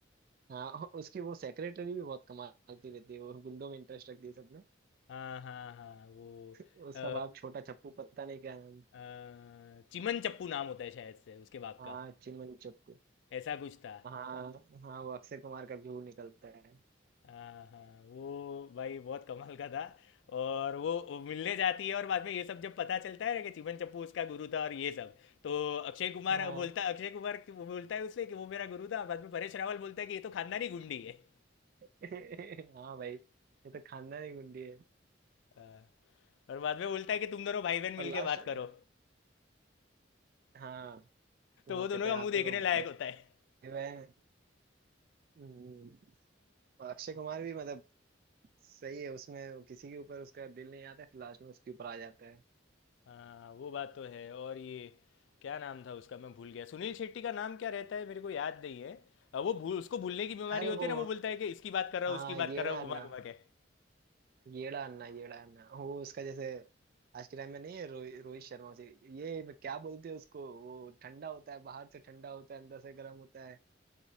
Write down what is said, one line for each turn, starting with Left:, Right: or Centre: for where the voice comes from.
Right: हाँ और उसकी वो सेक्रेटरी भी बहुत कमाल की रहती है वो गुंडों में इंटरेस्ट रखती है सबने
Left: हाँ हाँ हाँ वो
Right: <laughs> उसका
Left: अ,
Right: बाप छोटा चप्पू पता नहीं क्या नाम
Left: अ, चिमन चप्पू नाम होता है शायद से उसके बाप
Right: हाँ
Left: का
Right: चिमन चप्पू
Left: ऐसा कुछ था
Right: हाँ हाँ वो अक्षय कुमार का व्यू निकलता है
Left: हाँ हाँ वो भाई बहुत कमाल का था और वो वो मिलने जाती है और बाद में ये सब जब पता चलता है ना कि चिमन चप्पू उसका गुरु था और ये सब तो अक्षय कुमार
Right: हाँ
Left: बोलता अक्षय कुमार कि- वो बोलता है उससे कि वो मेरा गुरु था बाद में परेश रावल बोलता है कि ये तो खानदानी गुंडी है
Right: <laughs> हाँ भाई ये तो खानदानी गुंडी है
Left: हाँ, और बाद में बोलता है कि तुम दोनों भाई बहन
Right: और
Left: मिलके
Right: लास्ट
Left: बात करो
Right: हाँ वो
Left: तो वो
Right: कहते
Left: दोनों का
Right: हैं
Left: मुंह
Right: हाँ तुम
Left: देखने
Right: लोग
Left: लायक
Right: भाई
Left: होता है
Right: बहन हम्म, और अक्षय कुमार भी मतलब सही है उसमें वो किसी के ऊपर उसका दिल नहीं आता फिर लास्ट में उसके ऊपर आ जाता है
Left: हाँ वो बात तो है और ये क्या नाम था उसका मैं भूल गया सुनील शेट्टी का नाम क्या रहता है मेरे को याद नहीं है अ, वो भूल उसको भूलने की बीमारी
Right: अरे
Left: होती
Right: वो
Left: है ना वो बोलता है कि इसकी बात कर रहा
Right: हाँ
Left: हूँ उसकी बात
Right: येड़ा
Left: कर रहा हूँ घुमा
Right: अन्ना
Left: घुमा के
Right: येड़ा अन्ना येड़ा अन्ना वो उसका जैसे आज के टाइम में नहीं है रोहित रोहित शर्मा उसे ये क्या बोलते हैं उसको वो ठंडा होता है बाहर से ठंडा होता है अंदर से गर्म होता है